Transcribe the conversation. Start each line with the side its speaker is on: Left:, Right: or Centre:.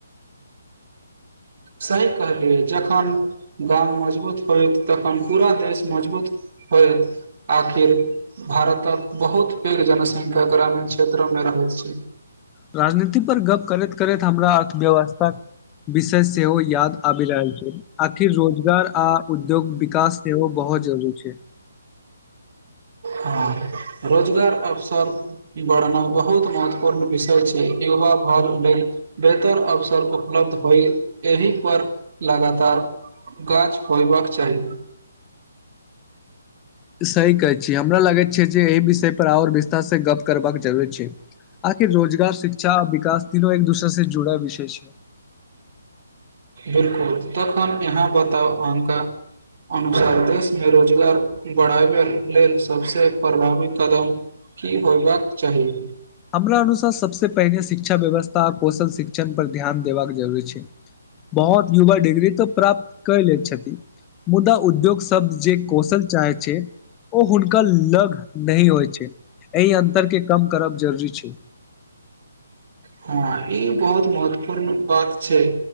Right: सही कहलियै जखन गाम मजबूत होएत, तखन पूरा देश मजबूत होएत, आखिर भारतक बहुत पैघ जनसंख्या ग्रामीण क्षेत्रमे रहैत छै।
Left: राजनीति पर गप करैत-करैत हमरा अर्थव्यवस्था विशेष सेहो याद आबि रहल छै, आखिर रोजगार आ उद्योग विकास सेहो बहोत जरूरी छै।
Right: हां रोजगार अवसर बढ़ना बहुत महत्वपूर्ण विषय छी, युवा भर लेल बेहतर अवसर उपलब्ध होय एहि पर लगातार गाछ होयबाक चाही।
Left: सही कहै छी हमरा लगैत छै जे ए विषय पर और विस्तार से गप्प करबाक जरूरी छै, आखिर रोजगार शिक्षा आ विकास तीनो एक दुसर से जुड़ल विषय छै।
Right: बिलकुल तखन यहाँ बताउ अहनका अनुसार देशमे रोजगार बढ़ाबै लेल सबसे प्रभावी कदम की होयबाक चाही।
Left: हमरा अनुसार सबसे पहिने शिक्षा व्यवस्था आ कौशल शिक्षण पर ध्यान देबाक जरुरी छै, बहोत युवा डिग्री तऽ प्राप्त कय लेै छथि मुद्दा उद्योग से सब जे कौशल चाहे छै ओ हुन का लग नै होय छै, ए अन्तर के कम करब जरूरी छै।
Right: हां ई बहुत महत्वपूर्ण बात छै